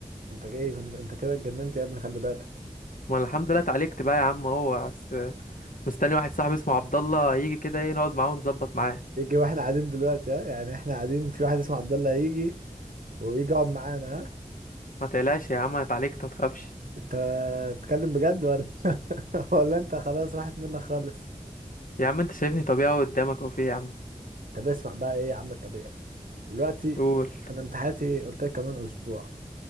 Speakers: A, on the right; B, on the left.
A: انت ايه كنت- انت كده اتجننت يا ابني خلي بالك
B: ما الحمد لله اتعالجت بقى يا عم هو بس مستني واحد صاحبي اسمه عبد الله يجي كده ايه نقعد معاه ونظبط معاه
A: يجي واحنا قاعدين دلوقتي ها يعني احنا قاعدين في واحد اسمه عبد الله يجي ويجي يقعد معانا ها
B: ما تقلقش يا عم انا اتعالجت ما تخافش
A: انت بتتكلم بجد ولا <laughs> ولا انت خلاص راحت منك خالص
B: يا عم انت شايفني طبيعي قدامك اهو في إيه يا عم
A: طب اسمع بقى ايه يا عم الطبيعي دلوقتي
B: قول
A: انا امتحاناتي قلت لك كمان اسبوع